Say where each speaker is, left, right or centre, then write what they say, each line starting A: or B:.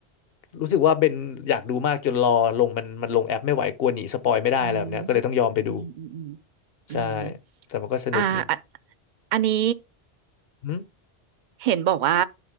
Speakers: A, on the left (about 65°); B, on the right (about 55°).
A: รู้สึกว่าเบนอยากดูมากจนรอลงมันมันลงแอปไม่ไหวกลัวหนีสปอยไม่ได้อะไรแบบเนี้ยก็เลยต้องยอมไปดู
B: อืมอืมอืมอืมอืม
A: ใช่แต่มันก็สนุกดี
B: อ่าอะอันนี้
A: อืม
B: เห็นบอกว่า